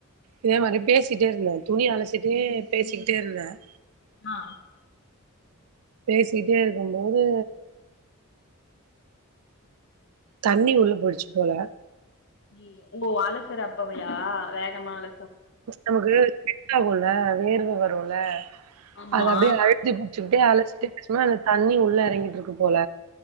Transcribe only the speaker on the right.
இதே மாரி பேசிட்டே இருந்தன் துணி அளாசிட்டே பேசிக்கிட்டே இருந்தன்
பேசிட்டே இருக்கும்போது தண்ணி உள்ள போய்டுச்சு போல
நமக்கு இதாகுல வேர்வ வருல்ல
அது அப்டியே அழு த்தி புடிச்சுக்கிட்டே அளச்சிட்டே சும்மா இந்த தண்ணி உள்ள எறங்கிட்டுருக்கு போல